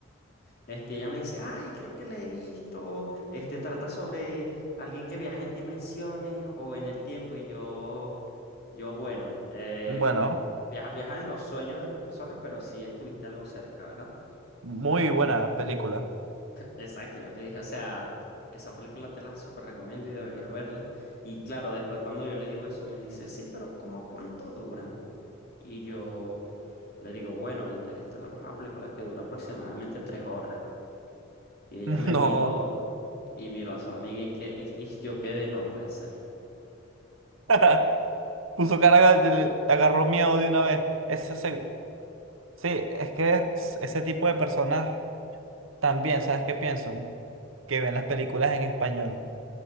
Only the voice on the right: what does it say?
Ujú. Bueno,
muy
buena
película.
<laughs>
No.
<laughs> Puso cara de- le agarró miedo de una vez. Ese se- sí, es que es- ese tipo de personas también, ¿sabes qué pienso? Que ven las películas en español